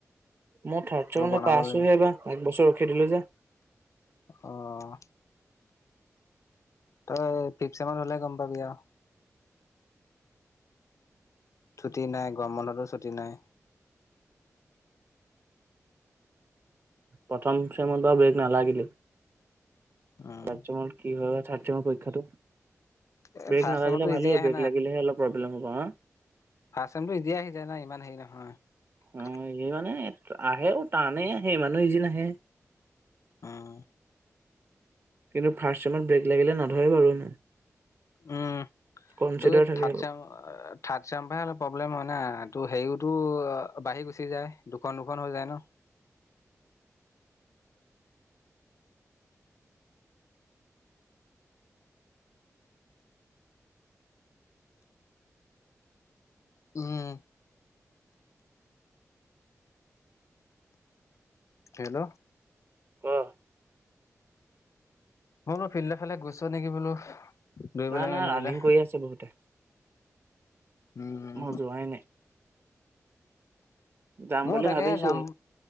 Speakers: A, on the right; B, on the left.
A: মই থাৰ্ড
B: এইবোৰ
A: চেমলে
B: বনাব
A: পাইছোহে
B: লাগিব।
A: এইবাৰ, একবছৰ ৰখি দিলো যে।
B: অ' তই ফিফ চেমত হলে গম পাবি আও। ছুটি নাই গৰম বন্ধতো ছুটি নাই।
A: প্ৰথম চেমনটো ব্ৰেক নালাগিলি।
B: উম,
A: থাৰ্ড চেমত কি হয় বা থাৰ্ড চেমৰ পৰীক্ষাটো
B: এ
A: ব্ৰেক
B: ফাৰ্ষ্ট
A: নালাগিলে
B: চেমতো
A: ভালেই
B: ইজি আহে
A: ব্ৰেক লাগিলেহে অলপ প্ৰব্লেম হ'ব, হা?
B: পাৰ্চনটো এদিয় আহি যায় নাই ইমান হেৰি নহয়।
A: অ সি মানে আহেও টানেই আহে ইমানো ইজী নাহে।
B: অহ।
A: কিন্তু ফাৰ্ষ্ট টাইমত ব্ৰেক লাগিলে নধৰে বাৰু ইমান।
B: অহ।
A: কনচিডাৰ
B: তই এই
A: থাকে
B: থাৰ্ড
A: আৰু
B: চেমত এ এ থাৰ্ড চেম পৰা হে অলপ প্ৰব্লেম হয় না, তোৰ হেৰিও টো বাঢ়ি গুচি যায় দুখন দুখন হৈ যায় ন। উম, হেল্ল।
A: অহ।
B: মই বোলো ফিল্ডৰ ফালে গৈছ নেকি বোলো দৌৰিবলে
A: নাই নাই
B: মেলিবলে?
A: ৰানিং কৰি আছে বহুতে
B: উম।
A: মই যোৱাই নাই যাম
B: মোৰ
A: বুলি
B: তাকে
A: ভাবিছোহে
B: যাম